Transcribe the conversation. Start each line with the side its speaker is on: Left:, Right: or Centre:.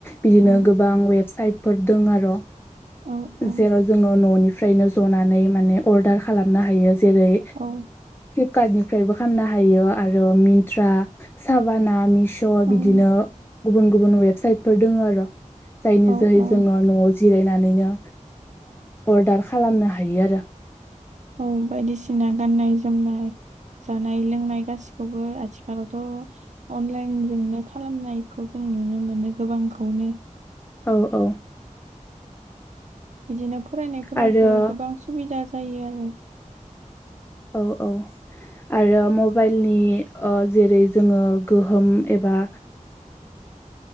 Left: बिदिनो
Right: औ
Left: गोबां वेबसाइटफोर दं आरो
Right: औ औ
Left: जेराव जोङो न'निफ्रायनो जनानै माने अर्डार खालामनो हायो जेरै
Right: औ
Left: कार्टनिफ्रायबो खामनो हायो आरो मिन्त्रा साबाना मिश' बिदिनो
Right: औ
Left: गुबुन गुबुन वेबसाइटफोर दङ आरो जायनि
Right: औ
Left: जोहै
Right: औ
Left: जोङो न'आव जिरायनानैनो अर्डार खालामनो हायो आरो
Right: औ बायदिसिना गाननाय जोमनाय जानाय लोंनाय गासिखौबो आथिखालावथ' अनलाइनजोंनो खालामनायखौ जों नुनो मोनो गोबांखौनो
Left: औ औ
Right: बिदिनो फरायनायफोरावबो
Left: आरो
Right: गोबां सुबिदा जायो आरो
Left: औ औ आरो मबाइलनि ओ जेरै जोङो गोहोम एबा